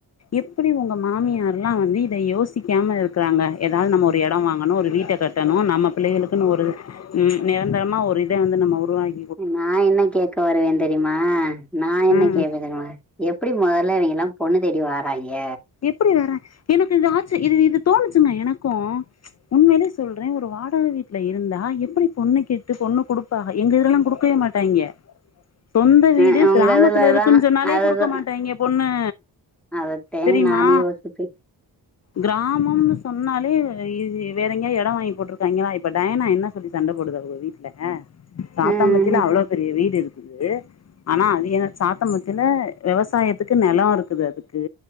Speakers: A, on the left (about 35°); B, in the centre.
A: எப்படி உங்கள் மாமியார்லாம் வந்து இதை யோசிக்காம இருக்கிறாங்க ஏதாவது நம்ம ஒரு இடம் வாங்கணும் ஒரு வீட்டை கட்டணும் நம்ம பிள்ளைகளுக்குன்னு ஒரு ம் நிரந்தரமா ஒரு இதை வந்து நம்ம உருவாக்
B: நான் என்ன கேக்க வருவேன் தெரியுமா நான் என்ன
A: ம்
B: கேட்பேன் தெரியுமா எப்டி முதல்ல இவங்கெல்லாம் பொண்ணு தேடி வாராய்ங்க
A: எப்டி வறா எனக்கு இது ஆச்சு இது இது தோணுச்சுங்க எனக்கும் உண்மையலே சொல்றேன் ஒரு வாடகை வீட் ல இருந்தா எப்டி பொண்ணு கேட்டு பொண்ணு கொடுப்பாக எங்க இதெல்லாம் கொடுக்கவே மாட்டாய்ங்க சொந்த வீடு
B: அ உங்க
A: கிராமத்துல
B: இதுலல்லா
A: இருக்குன்னு சொன்னாலே
B: அதுதா
A: குடுக்க மாட்டாய்ங்க பொண்ணு
B: அதத்தே
A: தெரியுமா
B: நானு யோசிப்பே
A: கிராமம்னு சொன்னாலே இ வேற எங்கயா இடம் வாங்கி போட்டிருக்காய்ங்களா இப்போ டயனா என்ன சொல்லி சண்டை போடுதா அவுக வீட்டு ல தாத்தம்பத்தில
B: ம்
A: அவ்வளவு பெரிய வீடு இருக்குது ஆனா அது என் சாத்த மத்தில விவசாயத்துக்கு நிலம் இருக்குது அதுக்கு